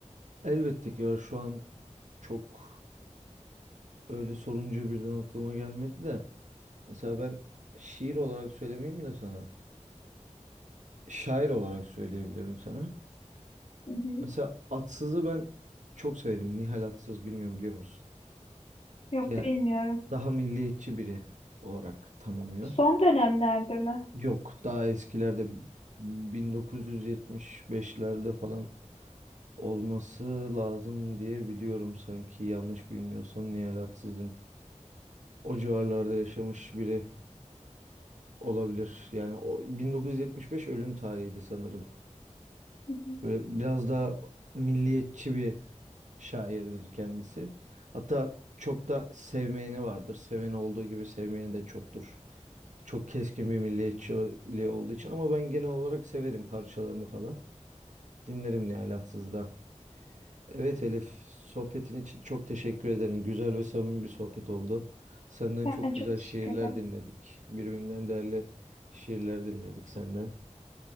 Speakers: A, on the right (about 75°); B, on the left (about 55°).
A: Elbette ki var. şu an çok öyle sorunca birden aklıma gelmedi de. Mesela ben şiir olarak söylemeyeyim de sana. Şair olarak söyleyebilirim sana.
B: Hı hı.
A: Mesela Atsız'ı ben çok severim. Nihal Atsız bilmiyorum biliyor musun?
B: Yok
A: Gene
B: bilmiyorum.
A: daha milliyetçi biri olarak tanınıyor.
B: Son dönemlerde mi?
A: Yok daha eskilerde 1975'lerde falan olması lazım diye biliyorum sanki yanlış bilmiyorsam Nihal Atsız'ın. o civarlarda yaşamış biri olabilir. Yani o 1975 ölüm tarihiydi sanırım.
B: Hı hı.
A: Böyle biraz daha milliyetçi bir şairdir kendisi. Hatta çok da sevmeyeni vardır. Seveni olduğu gibi sevmeyeni de çoktur. Çok keskin bir milliyetçiliği olduğu için ama ben genel olarak severim parçalarını falan. Dinlerim ne alaksız da. Evet Elif, sohbetin için çok teşekkür ederim. Güzel ve samimi bir sohbet oldu. Senden
B: Ben
A: çok
B: çok
A: güzel
B: teşekkür
A: şiirler
B: ederim.
A: dinledik. Birbirinden değerli şiirler dinledik senden.